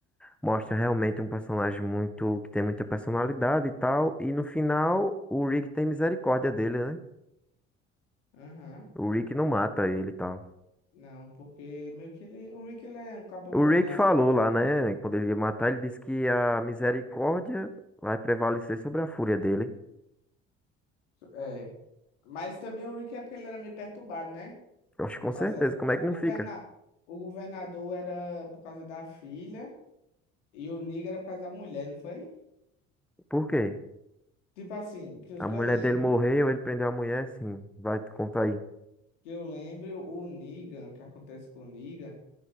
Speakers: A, in the centre; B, on the left (about 80°).
A: Mostra realmente um personagem muito, que tem muita personalidade e tal. E no final, o Rick tem misericórdia dele, né?
B: Aham.
A: O Rick não mata ele e tal.
B: Não, porque meio que ele, o Rick ele é um cabo
A: O
B: bom,
A: Ray
B: né?
A: que falou lá, né? Quando ele ia matar, ele disse que a misericórdia vai prevalecer sobre a fúria dele.
B: É. Mas também o Rick é porque ele era meio perturbado, né?
A: Eu acho que
B: Por
A: com
B: causa.
A: certeza. Como é
B: O,
A: que não fica?
B: governa... o governador era por causa da filha e o Niga era por causa da mulher, não foi?
A: Por quê?
B: Tipo assim, que eu,
A: A
B: que
A: mulher
B: eu lembre,
A: dele morreu, ele prendeu a mulher, sim. Vai te contar aí.
B: que eu lembre o Negan, o que acontece com o Negan,